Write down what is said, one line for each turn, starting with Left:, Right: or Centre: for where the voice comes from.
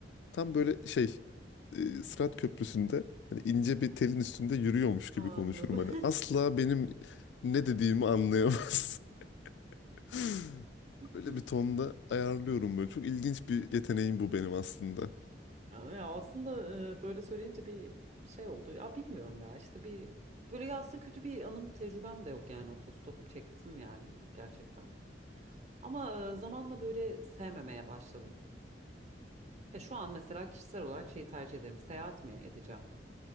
Left: tam böyle şey e, Sırat Köprüsü'nde hani ince bir telin üstünde yürüyormuş
Right: Anladım.
Left: gibi konuşurum hani. Asla benim ne dediğimi anlayamaz. <laughs>
Right: <laughs>
Left: Öyle bir tonda ayarlıyorum böyle. Çok ilginç bir yeteneğim bu benim aslında.
Right: Ya aslında e, böyle söyleyince bir şey oldu. Ya bilmiyorum ya işte bir böyle ya aslında kötü bir anım tecrübem de yok yani otostop çektim yani gerçekten. Ama e, zamanla böyle sevmemeye başladım. Ya şu an mesela kişisel olarak şeyi tercih ederim. Seyahat mi edeceğim?